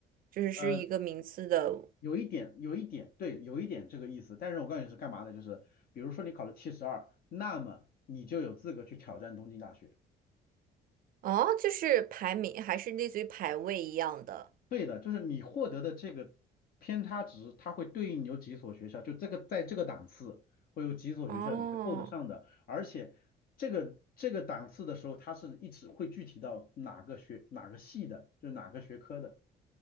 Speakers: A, on the right; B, on the left.
A: 就是是一个名次的，
B: 呃，有一点，有一点，对，有一点这个意思。但是我告诉你是干嘛的，就是比如说你考了七十二，那么你就有资格去挑战东京大学。
A: 哦，就是排名还是类似于排位一样的，
B: 对的，就是你获得的这个偏差值，它会对应有几所学校，就这个在这个档次会有几所学校你是够得上的，
A: 哦。
B: 而且这个这个档次的时候，它是一直会具体到哪个学哪个系的，就是哪个学科的。